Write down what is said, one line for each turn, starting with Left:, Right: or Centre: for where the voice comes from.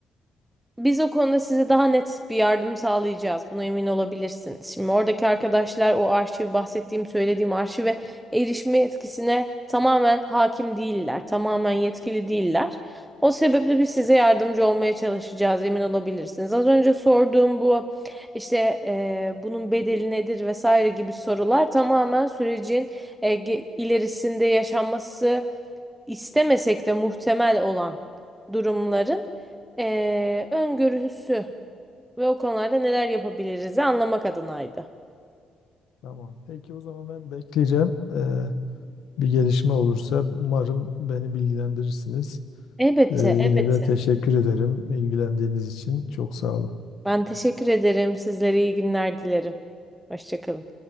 Centre: Biz o konuda size daha net bir yardım sağlayacağız. Buna emin olabilirsiniz. Şimdi oradaki arkadaşlar o arşivi bahsettiğim, söylediğim arşive erişme yetkisine tamamen hakim değiller. Tamamen yetkili değiller. O sebeple biz size yardımcı olmaya çalışacağız, emin olabilirsiniz. Az önce sorduğum bu işte eee, bunun bedeli nedir vesaire gibi sorular tamamen sürecin eee, ge- ilerisinde yaşanması istemesek de muhtemel olan durumların eee, öngörüsü ve o konularda neler yapabiliriz anlamak adınaydı.
Left: Tamam. Peki o zaman ben bekleyeceğim. Ee, bir gelişme olursa umarım beni bilgilendirirsiniz.
Centre: Elbette,
Left: Ee, yine
Centre: elbette.
Left: de teşekkür ederim ilgilendiğiniz için. Çok sağ olun.
Centre: Ben teşekkür ederim. Sizlere iyi günler dilerim. Hoşça kalın.